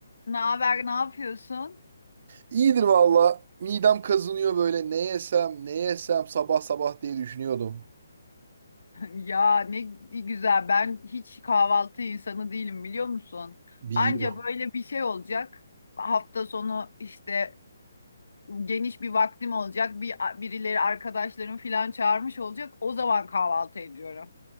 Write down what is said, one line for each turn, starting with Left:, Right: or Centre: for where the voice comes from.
Left: Ne haber, ne yapıyorsun? <laughs>
Right: İyidir valla. Midem kazınıyor böyle. Ne yesem, ne yesem sabah sabah diye düşünüyordum.
Left: Ya ne güzel. Ben hiç kahvaltı insanı değilim biliyor musun?
Right: Biliyorum.
Left: Anca böyle bir şey olacak. Hafta sonu işte geniş bir vaktim olacak. Bir birileri arkadaşlarım falan çağırmış olacak. O zaman kahvaltı ediyorum.